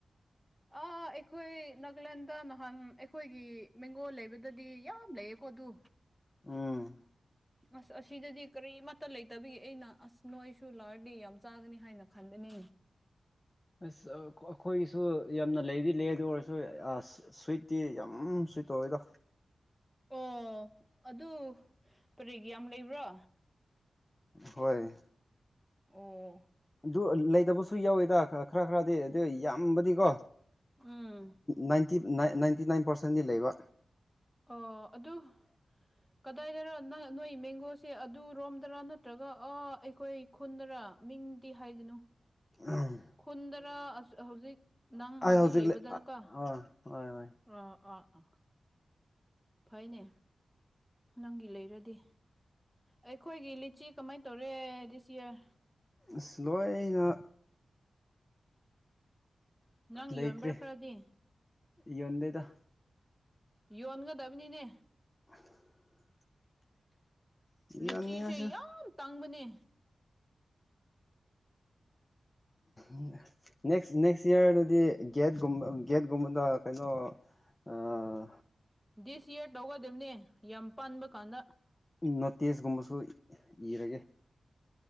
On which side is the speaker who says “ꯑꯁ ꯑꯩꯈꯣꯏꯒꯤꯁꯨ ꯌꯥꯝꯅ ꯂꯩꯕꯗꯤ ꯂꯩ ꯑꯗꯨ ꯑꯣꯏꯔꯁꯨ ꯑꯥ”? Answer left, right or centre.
Left